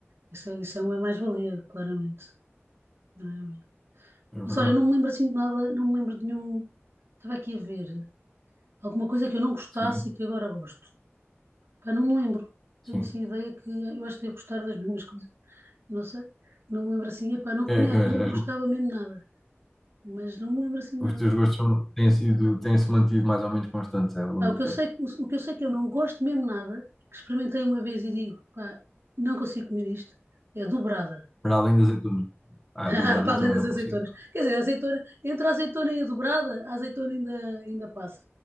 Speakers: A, on the right; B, in the centre.
A: isso é, isso é uma mais-valia, claramente, claramente.
B: é verdade,
A: Mas olha, não me lembro assim de nada, não me lembro de nenhum. Estava aqui a ver. Alguma coisa que eu não gostasse
B: sim,
A: e que agora gosto. Pá, não me lembro. Tenho
B: sim.
A: assim a ideia que eh, eu acho que devo gostar das mesmas coisas. Não sei. Não me lembro assim. Epá, não comia
B: É, é,
A: aquilo, não
B: as-
A: gostava mesmo nada. Mas não me lembro assim de
B: os
A: nada.
B: teus gostos são- têm sido, têm-se mantido mais ou menos constantes, é, ao longo
A: Pá, o
B: do
A: que
B: tempo.
A: eu sei, que- o, que eu sei que eu não gosto mesmo nada, que experimentei uma vez e digo, pá, não consigo comer isto, é dobrada.
B: Para além das azeitonas. Ah,
A: <laughs>
B: dobrada
A: Para
B: eu
A: além
B: também
A: das
B: não
A: azeitonas.
B: consigo.
A: Quer dizer, a azeitona, entre a azeitona e a dobrada, a azeitona ainda, ainda passa.